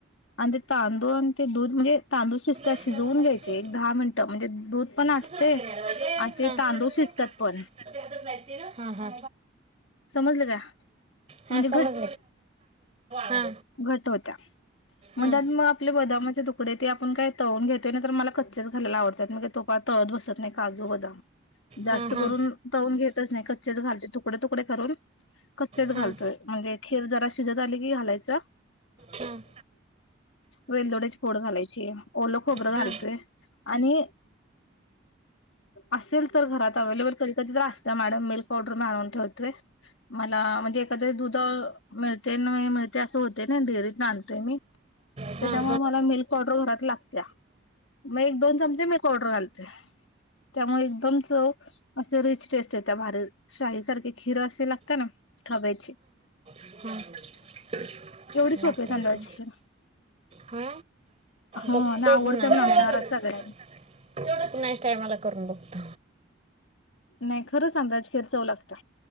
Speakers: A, on the left; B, on the right.
A: आणि ते तांदूळ आणि ते दूध म्हणजे तांदूळ शिजता
B: आहे
A: शिजवून घ्यायचे
B: ते?
A: एक दहा मिनटं म्हणजे दूध पण आटते
B: दुसरं ठिकाणी
A: आणि
B: यायला पाहिजे एवढं
A: ते
B: लागलं.
A: तांदूळ शिजतात पण
B: मग ते हातात नाही असते ना हा हा
A: समजलं का
B: हा
A: म्हणजे
B: समज हा
A: घट होत्या मग
B: हा
A: त्यात मग आपले बदामाचे तुकडे ते आपण काय तळून घेतोय तर मला कच्चेच घायला आवडत तुपात तळत बसत नाही काजू बदाम जास्त
B: हा हा
A: करून तवून घेतच नाही कच्चेच घालचे तुकडे तुकडे करून कच्चेच
B: हा
A: घालतोय
B: हा
A: म्हणजे खीर जरा शिजत आली की घालायचा
B: हम्
A: वेलदोडेच पोड घालायची ओल खोबरं
B: हा
A: घालतोय
B: हा हा
A: आणि असेल तर घरात अवे्लेबल कधी कधी तर असत मॅडम मिल्क पावडर मी आणून ठेवतोय मला म्हणजे एखादे दुध मिळते मिळते असं होते ना डेअरीत आणतेोय मी
B: हा
A: त्याच्यामुळे
B: हा हा हा
A: मला मिल्क पावडर घरात लागते मग एक दोन चमचे मिल्क पावडर घालते त्यामुळे एकदम च असे रिच टेस्ट य त्या भारी शाहीसारखी हिरं असे लागत ना खबायची
B: हां लागतेची
A: सोपी आहे तांदळाची खीर.
B: ह
A: हो
B: बक्तव
A: आणि आवडते
B: नाचा
A: पण आमच्या घरात
B: तेवढच
A: सगळ्यांनी
B: नक्स्टायमला करून बघत
A: नाही खरंच अंदाज खेर चव लागत